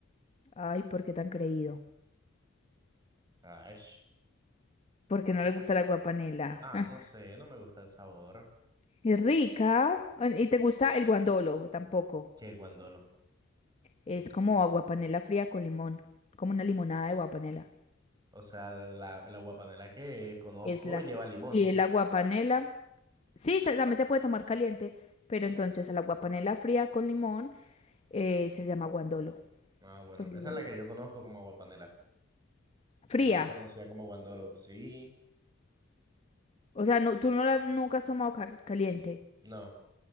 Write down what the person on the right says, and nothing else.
Ay.
Ah,
no sé, no me gusta el sabor
que guandolo.
O sea, la, la guapanela que conozco
lleva limón.
Ah, bueno,
esa
es la que yo conozco como guapanela.
No lo conocía como guandolo. pues Sí,
no.